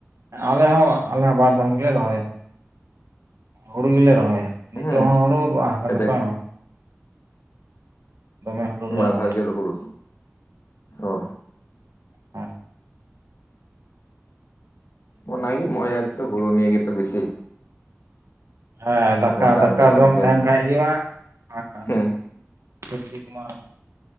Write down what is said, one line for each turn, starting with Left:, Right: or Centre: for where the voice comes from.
Right: ᱟᱞᱮ ᱦᱚᱸ ᱟᱞᱮ ᱦᱚᱸ ᱵᱟᱨᱫᱚᱢ ᱜᱮᱞᱮ ᱨᱚᱦᱚᱭᱟ ᱦᱩᱲᱩ ᱜᱮᱞᱮ ᱨᱚᱦᱚᱭᱟ᱾ ᱱᱤᱛᱚᱜ
Left: ᱦᱮᱸ
Right: ᱦᱚᱸ ᱦᱩᱲᱩ ᱟᱨ
Left: ᱠᱟᱡᱟᱠ
Right: ᱡᱚᱠᱷᱚᱡ ᱦᱚᱼᱼ ᱫᱚᱢᱮ ᱦᱩᱲᱩ ᱞᱮ
Left: ᱵᱟᱨ
Right: ᱨᱚᱦᱚᱭᱟ
Left: ᱫᱷᱟᱣ ᱜᱮ ᱦᱩᱲᱩ ᱚᱼᱼ
Right: ᱦᱮᱸ᱾
Left: ᱚᱱᱟᱜᱮ ᱳᱭ ᱟᱨᱠᱤ ᱦᱩᱲᱩ ᱱᱤᱭᱮ ᱜᱮᱛᱚ ᱵᱮᱥᱤᱼᱼ
Right: ᱦᱮᱸ ᱫᱟᱠᱟ
Left: ᱫᱟᱢ
Right: ᱫᱟᱠᱟ
Left: ᱜᱮ ᱵᱟᱝ
Right: ᱡᱚᱢ ᱛᱟᱦᱮᱱ
Left: ᱛᱮ
Right: ᱠᱷᱟᱡ ᱦᱩᱭᱩᱜ-ᱟ, ᱟᱨ
Left: ᱦᱮᱸ
Right: ᱥᱚᱵᱡᱤ ᱠᱚᱢᱟ